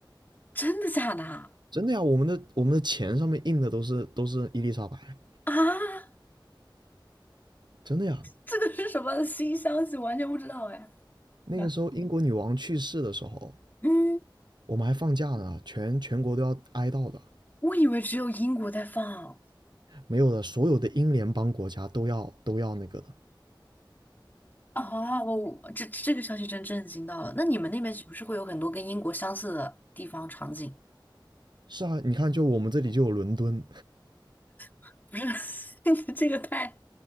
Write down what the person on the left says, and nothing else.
真的假的啊？
啊，
这个是什么新消息？我完全不知道哎。
嗯，嗯
我以为只有英国在放
啊，我我这这个消息真震惊到了。那你们那边是不是会有很多跟英国相似的地方场景？
<laughs> 不是，<laughs> 这个太